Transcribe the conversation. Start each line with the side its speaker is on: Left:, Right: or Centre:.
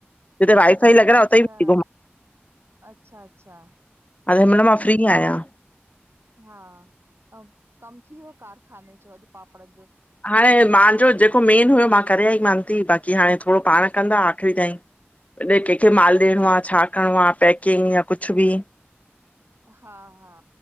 Left: जिते वाई फाई लॻिल
Right: अच्छा
Left: आ उतेई पई ती घुमां।
Right: अच्छा -अच्छा।
Left: अर हिनमल मां फ्री आहियां।
Right: हा, अउं कम थी वियो कारखाने जो, अॼु पापड़नि जो?
Left: हाणे मांजो जेको मेन हुयो मां करे आई मांन ती, बाक़ी हाणे थोड़ो पाण कंदा आख़िरी ताईं। कॾें कहिंखे माल ॾियणो आ, छा करिणो आ पैकिंग या कुछ बि?
Right: हा -हा।